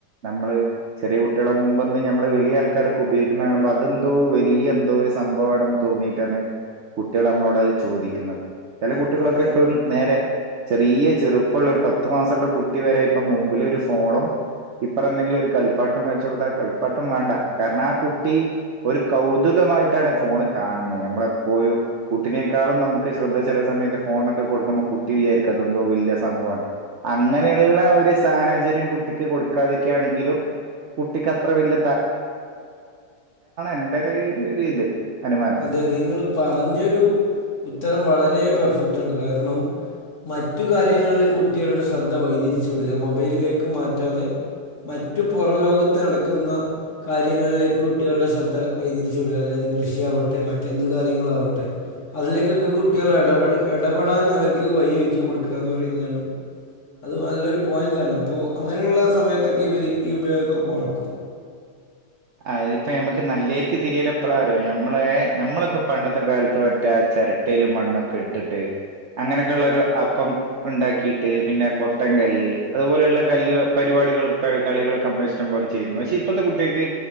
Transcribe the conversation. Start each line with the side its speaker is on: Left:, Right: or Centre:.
Right: നമ്മള് ചെറിയ കുട്ടികളെ മുമ്പ്ന്ന് ഞമ്മള് വലിയ ആൾക്കാരൊക്കെ ഉപയോഗിക്കുന്ന കാണുമ്പ അതെന്തോ വലിയ എന്തോ ഒരു സംഭവാണെന്ന് തോന്നീ ട്ടി ആണ് കുട്ടിയള് അമ്മളോട് അത് ചോദിക്ക്ന്നത് ചെല
Left: ആഹ്
Right: കുട്ടികളൊക്കെ
Left: അതെ
Right: ഇപ്പഴും നേരെ ചെറിയ ചെറുപ്പള്ള ഒരു പത്തു മാസള്ള കുട്ടി വരെ ഇപ്പം മുമ്പിലൊരു ഫോണും ഇപ്പറം എന്തെങ്കിലും ഒരു കളിപ്പാട്ടം വെച്ച് ഒട്ത്താ കളിപ്പാട്ടം വേണ്ട കാരണം ആ കുട്ടി ഒരു കൗതുകമായിട്ടാണ് ഫോണ് കാണ്ന്നെ നമ്മളെപ്പോഴും കുട്ടിനേക്കാളും നമ്മുക്ക് ശ്രദ്ധ ചെല സമയത്ത് ഫോണ്നൊക്കെ കൊടുക്കുമ്പം കുട്ടി വിചാരിക്കും അതെന്തോ വല്ല്യ സംഭവാണ് അങ്ങനെയുള്ള ഒരു സാഹചര്യം കുട്ടിക്ക് കൊടുക്കാതിരിക്ക ആണെങ്കിലും കുട്ടിക്ക് അത്ര വല്ല എന്റെ ഒരു ഒരു ഇത് അനുമാനം.
Left: അതെ അതെ ഇങ്ങളും പറഞ്ഞൊരു ഉത്തരം വളരെ പെർഫെക്റ്റാണ് കാരണം മറ്റു കാര്യങ്ങളില് കുട്ടികളുടെ ശ്രദ്ധ വൈതിരിച്ചു വിടുക മൊബൈലിലേക്ക് മാറ്റാതെ മറ്റു പൊറം ലോകത്ത് നടക്കുന്ന കാര്യങ്ങളിലേക്ക് കുട്ടികളുടെ ശ്രദ്ധ വൈതിരിച്ചു വിട്അ അതായത് കൃഷിയാവട്ടെ മറ്റെന്ത് കാര്യങ്ങളാവട്ടെ അതിലേക്കൊക്കെ കുട്ടികള് എടപെട് എടപെടാൻ അവര്ക്ക് വയ്യൊര്ക്കി കൊട്ക്കാന്ന് പറയ്ന്നതാണ് അത് നല്ലൊരു പോയന്റാണ് അപ്പോ അങ്ങനെയുള്ള സമയത്തൊക്കെ ഇവര് ഈ ഉപയോഗൊക്കെ കൊറക്കും
Right: അത്പ്പം ഞമ്മക്ക് നല്ലേര്ക്ക് തിര്യേല് എപ്പളാറ്യോ ഞമ്മളെ ഞമ്മളൊക്കെ പണ്ടത്തെ കാൽത്ത് ട്ടാ ചെരെട്ടേല് മണ്ണൊക്കെ ഇട്ട്ട്ട് അങ്ങെനെക്കെള്ളെരു അപ്പം ഉണ്ടാക്കീട്ട് പിന്നെ കൊത്തം കല്ല് അതുപോലെയുള്ള കല്ല് പരിപാടികളും കയ് കളികളൊക്കെ അമ്മള് ഇഷ്ടംപോലെ ചെയ്യുന്നു പക്ഷെ ഇപ്പൾത്തെ കുട്ട്യേക്ക്